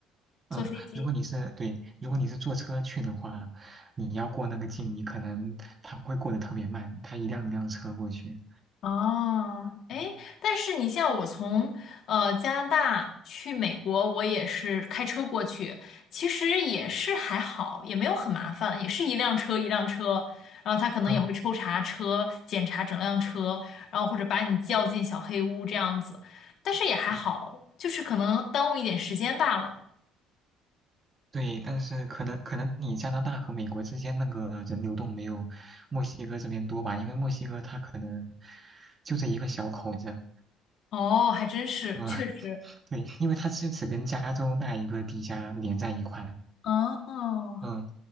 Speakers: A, on the right (about 25°); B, on the left (about 50°).
A: 嗯，
B: 坐飞机。
A: 如果你是对，如果你是坐车去的话，你要过那个境，你可能它会过得特别慢，它一辆一辆车过去。
B: 哦，哎，
A: 嗯
B: 但是你像我从呃加拿大去美国，我也是开车过去，其实也是还好，也没有很麻烦，也是一辆车一辆车，然后他可能也会抽查车，
A: 嗯，
B: 检查整辆车，然后或者把你叫进小黑屋这样子，但是也还好，
A: 嗯
B: 就是可能耽误一点时间罢了。
A: 对，但是可能可能你加拿大和美国之间那个人流动没有墨西哥这边多吧，因为墨西哥它可能就这一个小口子，
B: 哦，还真是，
A: 嗯，
B: 确实，
A: <laughs> 对，因为它是只跟加州那一个地下连在一块，
B: 哦，
A: 嗯，